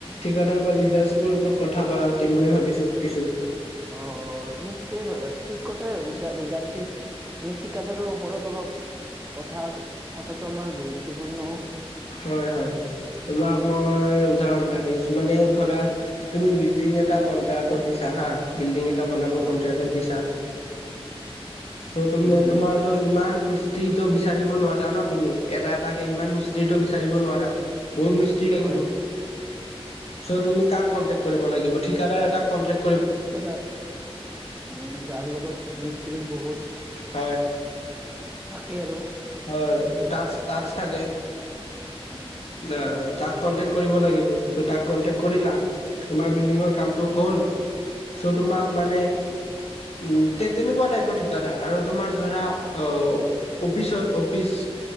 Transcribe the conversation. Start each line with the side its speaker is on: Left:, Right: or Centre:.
Left: ঠিকাদাৰ বা লিডাৰচ- চিবৰ ওপৰত কথা পাতিম বুলি ভাবিছো কিছু।
Right: অ অ, তুমি ঠিকেই ঠিক কথাই ভাবিছা লিডাৰৰ্চিপ- আমি ঠিকাদাৰৰ ওপৰত অলপ কথা পতাটো আমাৰ গুৰুত্বপূৰ্ণ।
Left: হয় হয়, তোমাক মই উদাহৰণ এটা দি আছো, মানে ধৰা- তুমি বিল্ডিং এটা কন্ট্ৰেক্টত দিছা হাঁ, বিল্ডিং এটা বনাব
Right: অ'।
Left: কন্ট্ৰেক্টত দিছা। চ' তুমি
Right: উম, হম।
Left: তোমাৰ- ত' ইমান মিস্ত্ৰীটো বিচাৰিব নোৱাৰা ন তুমি, এটা এটাকে ইমান মিস্ত্ৰী- ট্ৰিটো বিচাৰিব নোৱাৰা, বহুত মিস্ত্ৰী
Right: হয়,
Left: লাগিব। চ' তুমি কাক কন্টেক্ কৰিব লাগিব? ঠিকাদাৰ এটা কণ্টেক্-
Right: ঠিকাদাৰ, উম' যাৰ লগত মিস্ত্ৰীৰ বহুত-
Left: হয়,
Right: থাকে আৰু
Left: হয়, টাচ টাচ থাকে।
Right: উম'।
Left: অ তাক কণ্টেক্ট কৰিব লাগিব, চ' তাক কণ্টেক্ট কৰিলা। তোমাৰ বিল্ডিঙৰ কামটো হ'ল, চ' তোমাক মানে- উম' তে তেনেকুৱা টাইপৰ ঠিকা- আ আৰু তোমাৰ ধৰা, অ অফিচত অফিচ-